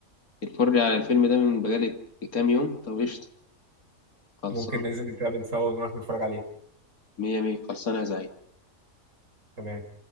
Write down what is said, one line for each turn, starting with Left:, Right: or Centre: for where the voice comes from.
Left: الفرجة على الفيلم ده من بقالي كام يوم طب قشطة خلصان
Right: ممكن ننزل نتقابل سوا ونروح نتفرج عليه
Left: مية مية خلصانة يا زعيم
Right: تمام